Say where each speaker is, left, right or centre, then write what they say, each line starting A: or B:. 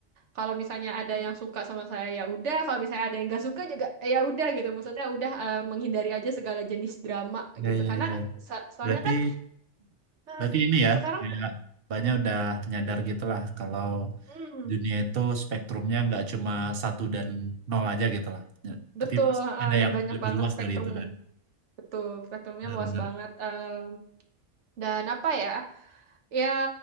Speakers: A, on the right; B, on the right.
A: kalau misalnya ada yang suka sama saya ya udah, kalau misalnya ada yang nggak suka juga eh, ya udah gitu. Maksudnya udah eh, menghindari aja segala jenis drama
B: ya,
A: gitu.
B: ya,
A: Karena
B: ya.
A: sa- soalnya
B: Berarti
A: kan eh,
B: berarti ini ya
A: sekarang
B: kayak banyak udah nyadar gitu lah kalau
A: mm,
B: dunia itu spektrumnya nggak cuma satu dan nol aja gitu lah. Ya, tapi
A: Betul,
B: pasti
A: eh,
B: ada
A: ada
B: yang
A: banyak
B: lebih
A: banget
B: luas
A: spektrumum.
B: dari itu kan.
A: Betul, spektrumnya
B: Benar-benar.
A: luas banget. Em, dan apa ya? Ya,